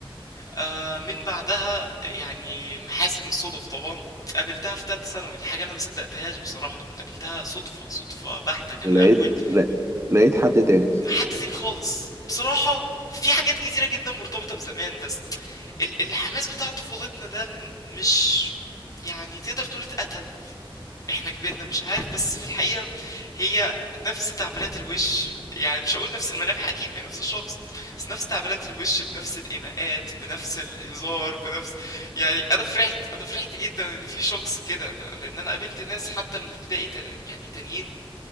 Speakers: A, on the left; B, on the right.
A: آه من بعدها يعني محاسن الصدف طبعا قابلتها في تالتة ثانوي دي حاجة أنا ما صدقتهاش بصراحة قابلتها صدفة صدفة بحتة كان
B: لقيت
A: أول
B: لا لقيت حد تاني
A: حد تاني خالص بصراحة في حاجات كتيرة جدا مرتبطة بزمان بس ال- الحماس بتاع طفولتنا ده م- مش يعني تقدر تقول اتقتل احنا كبرنا مش عارف بس في الحقيقة هي نفس تعبيرات الوش يعني مش هقول نفس الملامح اكيد ما هي نفس الشخص بس نفس تعبيرات الوش بنفس الايماءات بنفس الهزار بنفس يعني انا فرحت انا فرحت جدا ان في شخص كده لان انا قابلت ناس حتى من ابتدائي تا- يعني تانيين